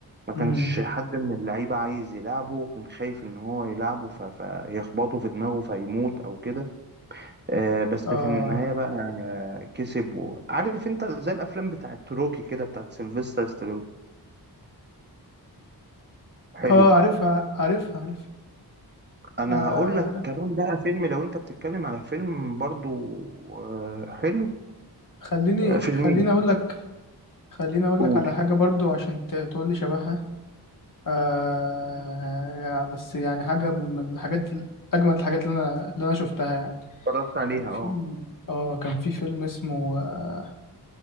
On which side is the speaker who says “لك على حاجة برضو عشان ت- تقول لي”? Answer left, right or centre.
Left